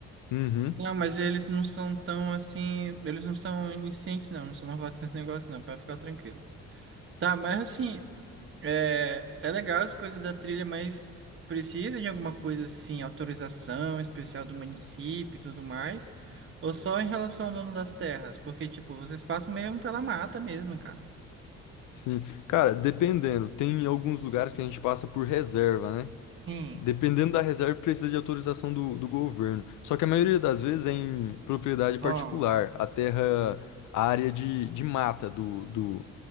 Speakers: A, on the left; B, on the right.
A: Uhum,
B: Não, mas eles não são tão assim. Eles não são iniciantes, não. Não são novatos <laughs> nesse negócio, não. Pra ficar tranquilo. Tá, mas assim. É, é legal as coisas da trilha, mas precisa de alguma coisa assim, autorização especial do município e tudo mais? Ou só em relação ao dono das terras? Porque, tipo, vocês passam mesmo pela mata mesmo, cara.
A: sim. Cara, dependendo, tem alguns lugares que a gente passa por reserva, né?
B: Sim,
A: Dependendo da reserva, precisa de autorização do, do governo. Só que a maioria das vezes é em propriedade particular,
B: ó,
A: a terra, a área de, de mata do, do,